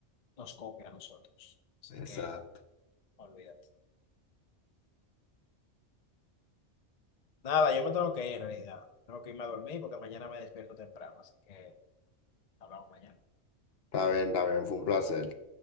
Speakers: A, on the left (about 40°); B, on the left (about 60°).
A: nos copia a nosotros. Así
B: Exacto.
A: que, olvídate. Nada, yo me tengo que ir en realidad. Tengo que irme a dormir porque mañana me despierto temprano. Así que hablamos mañana.
B: Está bien, está bien, fue un placer.